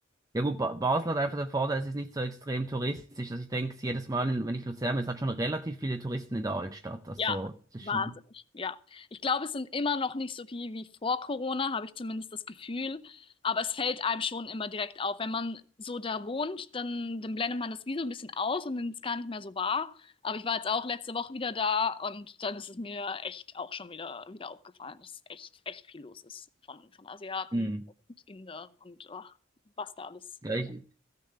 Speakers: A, on the right; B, on the left.
A: ja gut, ba Basel hat einfach den Vorteil, es ist nicht so extrem touristisch. Also ich denke, jedes Mal, wenn ich Luzern bin, es hat schon relativ viele Touristen in der Altstadt. Also
B: Ja,
A: es ist
B: wahnsinnig.
A: schon...
B: Ja. Ich glaube, es sind immer noch nicht so viel wie vor Corona, habe ich zumindest das Gefühl. Aber es fällt einem schon immer direkt auf. Wenn man so da wohnt, dann, dann blendet man das wie so ein bisschen aus und nimmt es gar nicht mehr so wahr. Aber ich war jetzt auch letzte Woche wieder da und dann ist es mir echt auch schon wieder, wieder aufgefallen, dass echt, echt viel los ist von, von Asiaten
A: Mh.
B: und Indern und oh, was da alles
A: Ja,
B: rum.
A: ich,